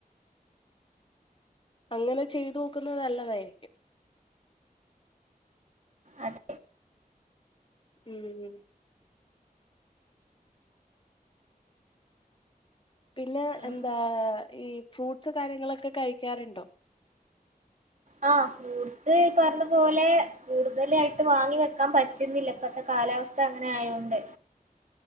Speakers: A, on the left; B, on the right.
A: അങ്ങനെ ചെയ്തു നോക്കുന്നത് നല്ലതായിരിക്കും
B: അതെ
A: ഉം പിന്നെ എന്താ
B: ഉം
A: ഈ ഫ്രൂട്ട്സ് കാര്യങ്ങളൊക്കെ കഴിക്കാറുണ്ടോ
B: ആ ഫ്രൂട്സ് പറഞ്ഞ പോലെ കൂടുതലായിട്ട് വാങ്ങി വെക്കാൻ പറ്റുന്നില്ല ഇപ്പത്തെ കാലാവസ്ഥ അങ്ങനെ ആയോണ്ട്